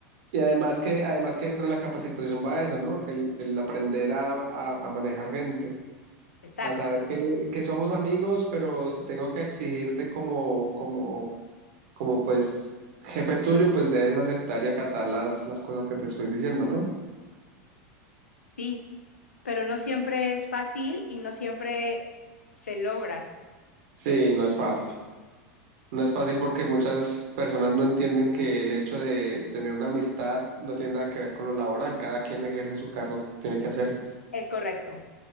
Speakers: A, on the right; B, on the left.
A: y además que además que dentro de la capacitación va eso, ¿no? El, el aprender a, a- a manejar gente,
B: Exacto,
A: a saber que, que somos amigos, pero si tengo que exigirte como, como, como pues jefe tuyo, pues debes aceptar y acatar las, las cosas que te estoy diciendo, ¿no?
B: sí. Pero no siempre es fácil y no siempre se logra.
A: Sí, no es fácil. No es fácil porque muchas personas no entienden que el hecho de tener una amistad no tiene nada que ver con lo laboral. Cada quien ejerce su cargo, como tiene que hacerlo.
B: Es correcto.